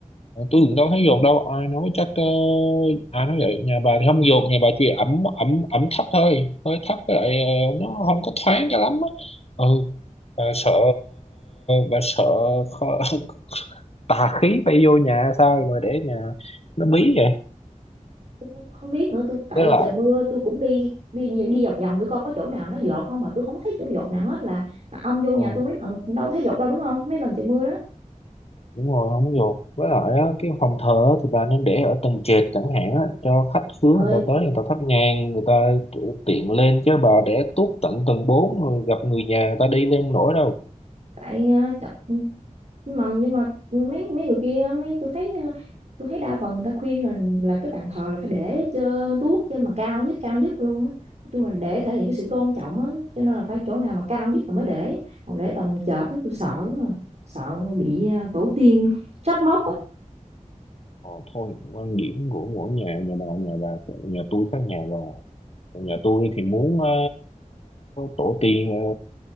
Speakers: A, on the left; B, on the right.
A: Ờ, tôi cũng đâu thấy dột đâu ai nói chắc ờ, ai nói vậy nhà bà thì không dột nhà bà chỉ ẩm ẩm ẩm thấp thôi hơi thấp với lại ờ, nó không có thoáng cho lắm á ừ bà sợ bà sợ khó, <laughs> tà khí bay vô nhà sao mà để nhà nó bí vậy
B: Tôi không biết nữa tôi tại
A: với lại
B: trời mưa tôi cũng đi đi đi vòng vòng tôi coi có chỗ nào nó dột không mà tôi không thấy chỗ dột nào hết là, là ông vô nhà
A: ừ,
B: tôi mấy lần cũng đâu có thấy dột đâu đúng không mấy lần trời mưa đó
A: đúng rồi không dột với lại á, cái phòng thờ á thì bà nên để ở tầng trệt chẳng hạn á, cho khách khứa
B: ơi
A: người ta tới người ta thắp nhang người ta tiện lên chứ bà để tuốt tận tầng 4 rồi gặp người nhà người ta đi lên nổi đâu
B: tại ờ, trời, nhưng mà nhưng mà mấy mấy người kia mấy tôi thấy ờ, tôi thấy đa phần người ta khuyên là là cái bàn thờ là phải để cho tuốt trên mà cao nhất cao nhất luôn á nói chung là để thể hiện cái sự tôn trọng á cho nên là phải chỗ nào mà cao nhất là mới để còn để tầng chợt á tôi sợ quá à. sợ bị ờ, tổ tiên trách móc á
A: Ờ, thôi quan điểm của mỗi nhà nhà bà nhà bà nhà tôi khác nhà bà nhà tôi thì muốn ờ, tổ tiên ờ,